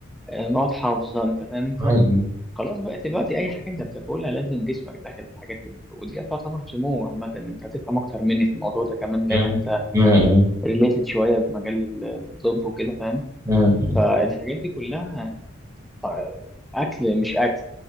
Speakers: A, in the centre; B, on the right (about 15°).
A: آه، مواد حافظة أنت فاهم أنت
B: م-
A: خلاص بقى دلوقتي أي حاجة أنت بتاكلها لازم جسمك داخل الحاجات دي ودي تعتبر سموم عامة أنت تفهم أكتر مني في الموضوع ده كمان لأن
B: م-
A: أنت
B: م-
A: ريليتد شوية بمجال الطب وكده فاهم
B: م- م-
A: فالحاجات دي كلها آه، أكل مش أكل